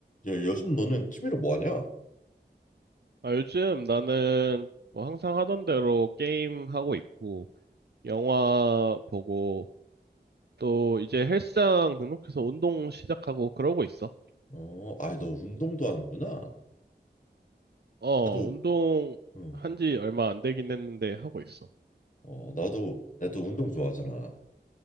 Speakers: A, on the left (about 45°); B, on the right (about 65°).
A: 야, 요즘 너는 취미로 뭐 하냐?
B: 아, 요즘 나는 뭐 항상 하던 대로 게임 하고 있고, 영화 보고, 또 이제 헬스장 등록해서 운동 시작하고 그러고 있어.
A: 어, 아이 너 운동도 하는구나.
B: 어,
A: 나도
B: 운동
A: 응.
B: 한 지 얼마 안 되긴 했는데 하고 있어.
A: 어, 나도 나도 운동 좋아하잖아.